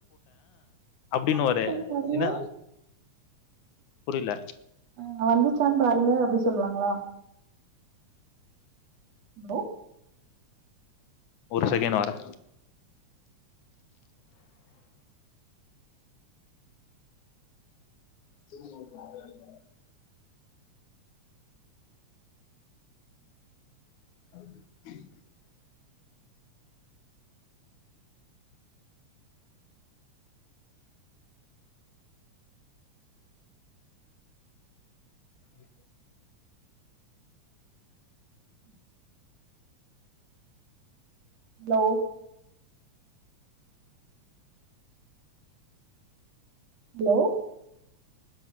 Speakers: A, on the left; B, on the right.
A: அப்படின்னுவாரு.
B: வந்துச்சானு பாருங்க
A: என்ன புரியல.
B: அஹ் வந்துச்சானு பாருங்க அப்படி சொல்லுவாங்களா ஹலோ
A: ஒரு செகன்ட் வரே <unintelligible> <inaudible> உ
B: உம் <inaudible> ஹலோ ஹலோ